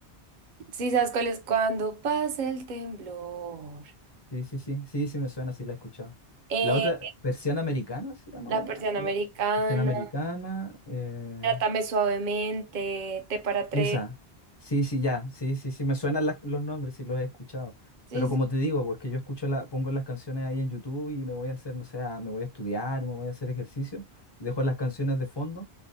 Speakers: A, on the right; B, on the left.
A: Sí, ¿sabes cuál es? Cuando pasa el temblor.
B: Sí, sí, sí, sí, sí, sí me suena, sí la he escuchado.
A: Eh,
B: La otra, Persiana Americana se llama
A: la
B: una,
A: persiana
B: igual.
A: americana.
B: Persiana Americana, eh,
A: Trátame suavemente. Te para tres.
B: Esa, sí, sí, ya, sí, sí, sí, me suenan las- los nombres, sí los he escuchado.
A: Sí,
B: Pero
A: sí.
B: como te digo, pues que yo escucho la, pongo las canciones ahí en YouTube y me voy a hacer, no sé, a- me voy a estudiar, me voy a hacer ejercicio, dejo las canciones de fondo